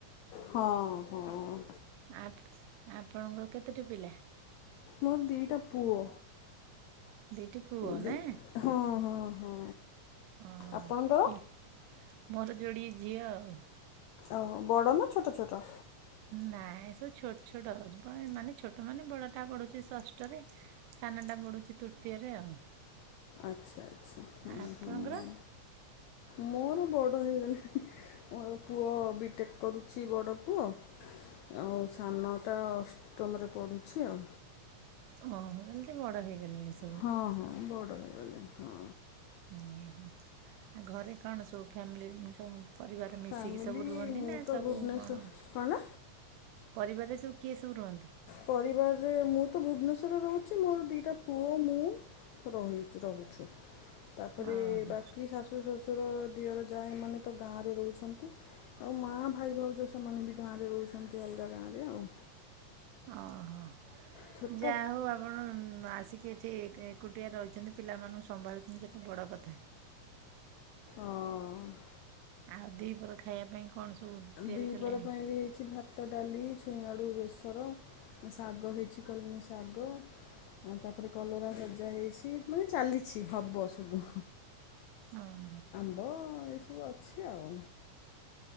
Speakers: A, on the left (about 80°); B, on the right (about 80°).
A: ହଁ ହଁ।
B: ଆ ଆପଣଙ୍କର କେତୋଟି ପିଲା?
A: ମୋର ଦିଇଟା ପୁଅ।
B: ଦିଇଟି ପୁଅ
A: ଦି
B: ନା?
A: ହଁ ହଁ ହଁ,
B: ଓହୋ।
A: ଆପଣଙ୍କର?
B: ପିଲ ମୋର ଯୋଡିଏ ଝିଅ ଆଉ।
A: ଓ ବଡ଼ ନା ଛୋଟ ଛୋଟ।
B: ନାଇଁ ଏ ସବୁ ଛୋଟ ଛୋଟ, ମାନେ ଛୋଟ ମାନେ ବଡ଼ଟା ପଡ଼ୁଛି ଷଷ୍ଠରେ। ସାନ ଟା ପଢୁଛି ତୃତୀୟରେ ଆଉ।
A: ଆଛା ଆଛା, ହଁ
B: ଆପଣଙ୍କର
A: ହଁ। ମୋର ବଡ଼ ହେଇଗଲାଣି, ମୋର ପୁଅ ବିଟେକ୍ କରୁଛି ବଡ଼ ପୁଅ। ଆଉ ସାନଟା ଅଷ୍ଟମରେ ପଡୁଛି ଆଉ।
B: ଓହୋ, ତାହାଲେ ତ ବଡ ହେଇଗଲେଣି ସେ।
A: ହଁ ହଁ ବଡ଼ ହେଇଗଲେ ହଁ।
B: ହୁଁ ହୁଁ। ଆଉ ଘରେ କଣ ସବୁ ଫ୍ୟାମିଲି, ସବୁ ପରିବାର
A: ଫ୍ୟାମିଲି
B: ମିଶିକି ସବୁ ରୁହନ୍ତି
A: ମୁଁ
B: ନା
A: ତ
B: ସବୁ
A: ଭୁବନେଶ୍ୱର
B: କଣ?
A: କଣ?
B: ପରିବାରରେ ସବୁ କିଏ ସବୁ ରୁହନ୍ତି?
A: ପରିବାରରେ, ମୁଁ ତ ଭୁବନେଶ୍ଵରରେ ରହୁଛି ମୋର ଦିଇଟା ପୁଅ ମୁଁ ରହିଅଛୁ ରହୁଛୁ। ତାପରେ
B: ଓହୋ
A: ବାକି ଶାଶୁ, ଶ୍ୱଶୁର, ଦିଅର, ଜା ଏମାନେ ତ ଗାଁରେ ରହୁଛନ୍ତି। ଆଉ ମା, ଭାଇ, ଭାଉଜ ସେମାନେ ବି ଗାଁରେ ରହୁଛନ୍ତି, ଅଲଗା ଗାଁରେ ଆଉ।
B: ଓହୋ,
A: ଛୋଟ
B: ଯାହା ହଉ ଆପଣ ଆସି କି ଏଠି ଏକୁଟିଆ ରହିଛନ୍ତି, ପିଲାମାନଙ୍କୁ ସମ୍ଭାଳୁଛନ୍ତି ସେଟା ବଡ କଥା।
A: ଅ
B: ଆଉ ଦିପର ଖାଇବା ପାଇଁ କଣ ସବୁ ତିଆରି
A: ଦିପହର
B: କଲେଣି
A: ପାଇଁ ବି ହେଇଛି ଭା ଭାତ, ଡାଲି, ଛୁଇଁଆଳୁ ବେସର, ଶାଗ ହେଇଛି କଲମ ଶାଗ ଆଉ ତାପରେ କଲରା ଭଜା ହେଇଛି, ମାନେ ଚାଲିଛି, ହବ ସବୁ।
B: ଓ ହ
A: ହବ ଏସବୁ ଅଛି ଆଉ।